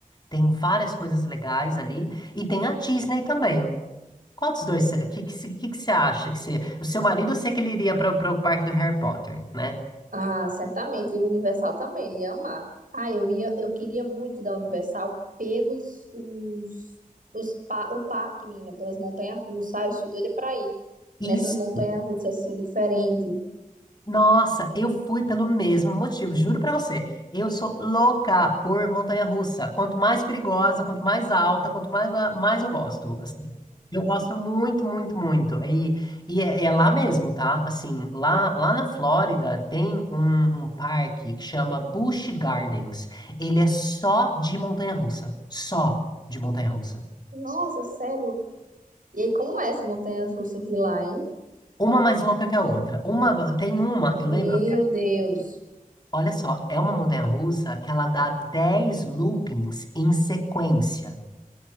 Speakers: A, on the left (about 30°); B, on the right (about 70°).
A: tem várias coisas legais ali. E tem a Disney também. Qual dos dois? O que, que, cê- que que você acha? Que você, o seu marido, eu sei que ele iria para o parque do Harry Potter, né?
B: Ah, certamente. E o Universal também, ele ia amar. Ah, eu ia, eu queria muito da Universal pelos os, os pa- o parque, menina, pelas montanhas-russas. Ah, eu sou doida pra ir
A: Isso.
B: nessas montanhas-russas assim diferente.
A: Nossa, eu fui pelo mesmo motivo, juro pra você. Eu sou louca por montanha-russa. Quanto mais perigosa, quanto mais alta, quanto mais, ah, mais eu gosto, assim. Eu gosto muito, muito, muito. E, e é, é lá mesmo, tá? Assim, lá, lá na Flórida tem um, um parque que chama Busch Gardens. Ele é só de montanha-russa. Só de montanha-russa.
B: Nossa, sério. E aí, como é essas montanhas-russas de lá, hein?
A: Uma mais louca que a outra. Uma, tem uma, eu
B: Meu
A: lembro,
B: Deus.
A: Olha só, é uma montanha-russa que ela dá 10 loopings em sequência.